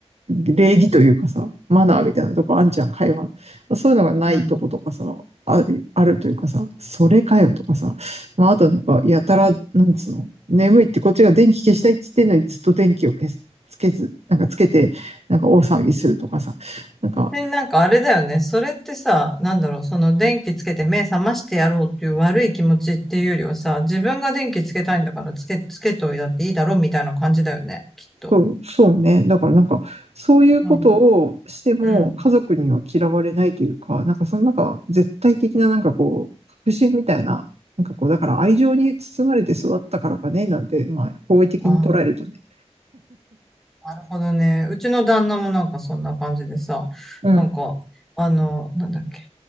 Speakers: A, on the right; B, in the centre.
A: 礼儀というかさ、マナーみたいなとこあんちゃん、会話。そういうのがないとことかさ、
B: うん。うん。
A: ある、あるというかさ、それかよとかさ、まあ、あとなんか、やたら、なんつうの、眠いってこっちが電気消したいって言ってんのにずっと電気を消す、つけず、なんかつけて、なんか大騒ぎするとかさ、なんか、
B: 別になんかあれだよね。それってさ、なんだろう、その電気つけて目覚ましてやろうっていう悪い気持ちっていうよりはさ、自分が電気つけたいんだからつけ、つけといたっていいだろうみたいな感じだよね、きっと。
A: そう、そうね。だからなんか、そういうことをしても家族には嫌われないというか、
B: うん。うん。
A: なんかそのなんか絶対的ななんかこう、確信みたいな、なんかこう、だから愛情に包まれて育ったからかね、なんて、まあ、好意的に捉えるとね。
B: あ、なるほどね。うちの旦那もなんかそんな感じでさ、
A: うん、
B: なんか、あの、なんだっけ